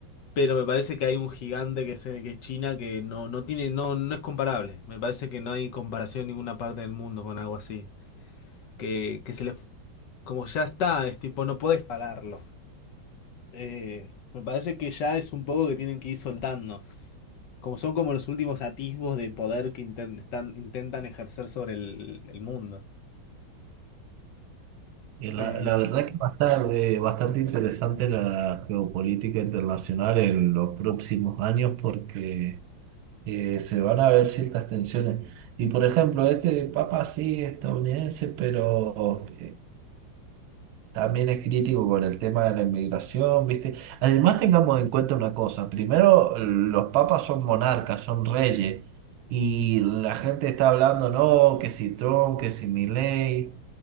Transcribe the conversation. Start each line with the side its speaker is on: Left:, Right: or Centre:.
Left: pero me parece que hay un gigante que es, eh, que es China que no, no tiene, no, no es comparable. Me parece que no hay comparación en ninguna parte del mundo con algo así. Que, que se le, como ya está, es tipo, no podés pararlo. Eh, me parece que ya es un poco que tienen que ir soltando. Como son como los últimos atisbos de poder que inten- están- intentan ejercer sobre el, el mundo.
Right: y la,
Left: Eh,
Right: la verdad que va a estar eh, bastante interesante la geopolítica internacional en los próximos años porque eh, se van a ver ciertas tensiones. Y por ejemplo, este papa sí estadounidense, pero eh, También es crítico con el tema de la inmigración, ¿viste? Además, tengamos en cuenta una cosa. Primero, los papas son monarcas, son reyes. Y la gente está hablando, no, que si Trump, que si Milei.